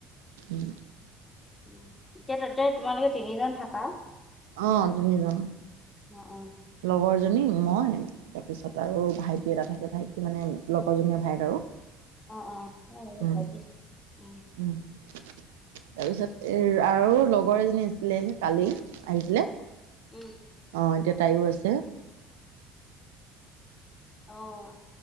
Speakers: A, on the right; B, on the left.
A: উম
B: উ এতিয়া তাতে তোমালোকে তিনিজন থাকা
A: আহ তিনিজন
B: অ অ
A: লগৰজনী মই তাৰপিছত আৰু ভাইটি এটা থাকে ভাইটি মানে লগৰজনীয়ে ভাইক আৰু
B: অ অ হয়
A: উম,
B: ভাবিছো উ
A: উম। তাৰপিছত এৰ আৰু লগৰ এজনী আছিলে কালি আহিছিলে।
B: উম
A: অঁ এতিয়া তাইয়ো আছে।
B: আহ।